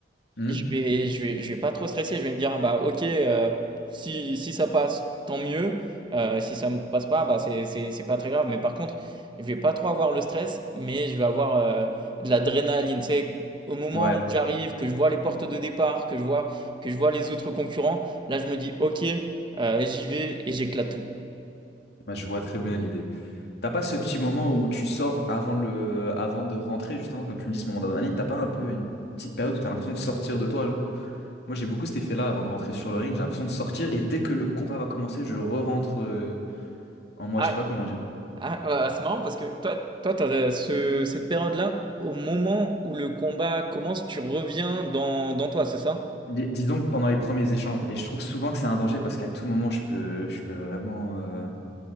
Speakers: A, on the left; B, on the right.
A: Hmm.
B: je vais, je vais, je vais pas trop stresser. Je vais me dire, bah, ok, euh, si, si ça passe, tant mieux. Euh, si ça ne passe pas, bah, c'est, c'est, c'est pas très grave. Mais par contre, je vais pas trop avoir le stress, mais je vais avoir euh, de l'adrénaline. Tu sais, au moment
A: Ouais,
B: où j'arrive, que je vois les portes de départ, que je vois, que je vois les autres concurrents, là, je me dis, ok, euh, j'y vais et j'éclate tout.
A: moi, je vois très bien l'idée. T'as pas ce petit moment où tu sors avant le, avant de rentrer, justement, comme tu me dis, ce moment d'adrénaline, t'as pas un peu une petite période où t'as l'impression de sortir de toi, genre? Moi, j'ai beaucoup cet effet-là avant de rentrer sur le ring, j'ai l'impression de sortir et dès que le combat va commencer, je re-rentre euh, en moi,
B: Ah,
A: je sais pas comment dire.
B: ah, euh, c'est marrant parce que toi, toi, t'as euh, ce, cette période-là, au moment où le combat commence, tu reviens dans, dans toi, c'est ça?
A: Dis, dis donc pendant les premiers échanges. Et je trouve souvent que c'est un danger parce qu'à tout moment, je peux, je peux vraiment, euh,